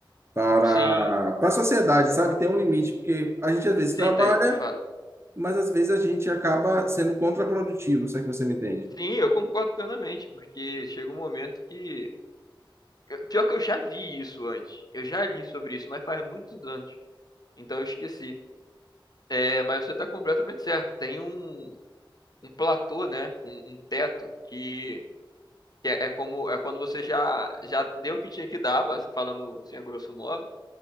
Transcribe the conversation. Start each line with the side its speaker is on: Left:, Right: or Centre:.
Right: para,
Left: sim,
Right: para a sociedade, sabe? Tem um limite, porque a gente às vezes trabalha,
Left: sim, tem, de fato.
Right: mas às vezes a gente acaba sendo contraprodutivo, se é que você me entende.
Left: Sim, eu concordo plenamente, porque chega um momento que. eu- Pior que eu já vi isso antes. Eu já li sobre isso, mas faz muitos anos. Então eu esqueci. É, mas você está completamente certo. Tem um, um platô, né? Um, um teto que, que é, é como é quando você já, já deu o que tinha que dar, basi- falando assim a grosso modo.